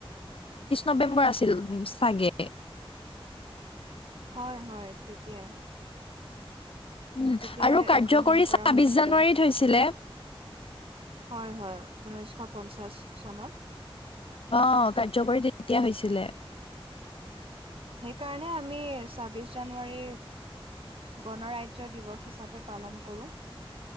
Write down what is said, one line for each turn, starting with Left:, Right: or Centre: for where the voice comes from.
Left: নৱেম্বৰ আছিল চাগে
Right: হয় হয় তেতিয়াই
Left: উম
Right: তেতিয়াই
Left: আৰু কাৰ্যকৰী
Right: গ্ৰহণ কৰা
Left: ছাব্বিশ
Right: হৈছিলে
Left: জানুৱাৰীত হৈছিলে
Right: হয় হয় উঊনৈশশ পঞ্চাশ চনত
Left: অ', কাৰ্যকৰী তেতিয়া হৈছিলে
Right: কাৰণে আমি ছাব্বিশ জানুৱাৰী গণৰাজ্য দিৱস হিচাপে পালন কৰোঁ।